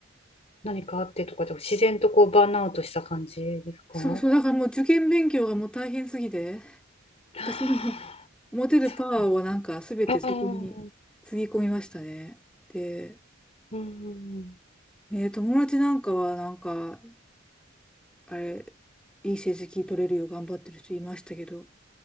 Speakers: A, on the left; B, in the centre.
A: 何かあってとかじゃ、自然とこうバーンアウトした感じですかは
B: そうそう、だからもう受験勉強がもう大変すぎて、
A: あ
B: 私の持てるパワーをなんか全てそこにつぎ込みましたね。
A: そっか。うん、
B: で、
A: そうん。
B: ね、友達なんかはなんか、あれ、いい成績取れるよう頑張ってる人いましたけど、